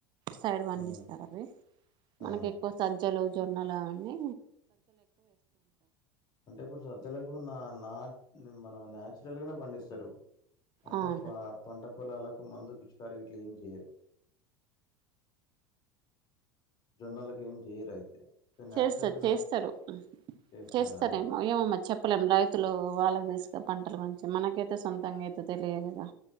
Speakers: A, on the right; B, on the left.
A: సైడ్ పండిస్తారు
B: ఆ!
A: అవి మనకి
B: ఆ!
A: ఎక్కువ సజ్జలు జొన్నలు అన్నీ
B: అంటే ఇప్పుడు సజ్జలకు నా నా మన నచురల్ గా పండిస్తారు అంటే
A: అవునా
B: పంట పొలాలకు మందు పిచ్చుకారి ఇట్లా ఏం చేయరు జొన్నలకి ఏం చేయరు అయితే నాచురల్గానే
A: చేస్తారు చేస్తారు
B: ఉంట చేస్తారా
A: చేస్తారేమో ఏమో మరి చెప్ప చెప్పలేం రైతులు వాళ్ళకి తెలిసిన పంటల గురించి మనకైతే సొంతంగా అయితే తెలియదు కదా